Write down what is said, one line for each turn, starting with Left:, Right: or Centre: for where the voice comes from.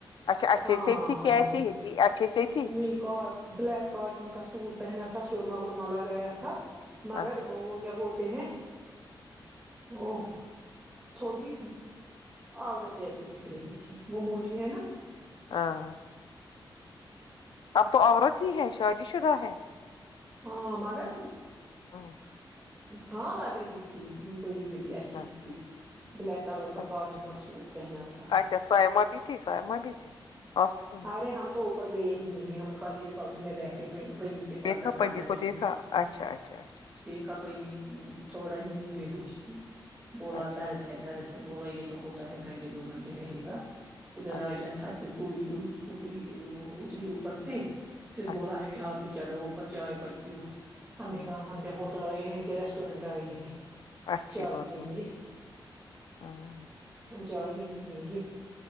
Left: اچھا اچھے
Right: ہاں
Left: سے تھی
Right: ہاں
Left: کہ ایسے ہی تھی اچھے سے تھی
Right: م کو بلیک کااٹن کا سوٹ پہنا تھا سرما ورما لگایا تھا مگر
Left: اچھا
Right: کیا بولتے ہیں ا تھوڑی آورت جیسی دکھ رہی تھی وہ موٹی ہے نا
Left: ہاں اب تو عورت ہی ہے شادی شدہ ہے
Right: ہاں مگر
Left: ہوں،
Right: ہاں لگ رہہی تھی بڑی بڑی اچھی
Left: اچھا
Right: سی بلیک کلر کا
Left: اچھا
Right: کاٹن کا سوٹ پہنا تھا
Left: اچھا سائمہ بھی تھی سیمہ بھی تھی ہاسپٹل میں
Right: ارے ہم تو اوپر گئے ہی نہیں ہم خالی ریکوری میں بیٹھے پیمی کے پاس
Left: دیکھا
Right: دس
Left: پمی
Right: پندرہ
Left: کو
Right: منٹ
Left: دیکھا اچھا اچھا اچھا اچھا
Right: کپمی تھوڑا نیب ب ہووش ت بولا
Left: اچھا
Right: درد درد ہے بولا یہ تو ہوتا ہے گھنٹے دو گھنٹے رہے گا ادھر را
Left: اچھا
Right: تھا پھر گوری ا اوپری اتری اوپر سے پھر
Left: اچھا
Right: بولا ہمیں آب بھی چڑھو اوپر چائے وائے پیو ہم
Left: ہاں
Right: نے کہا ہم کیا ہوٹل آئے ہیں کیا ریسٹورینٹ آئے ہیں
Left: اچھی
Right: چائے
Left: بات
Right: پیئیں
Left: بولی
Right: گی
Left: ہاں
Right: ہم چائے نہیں پیئیں گی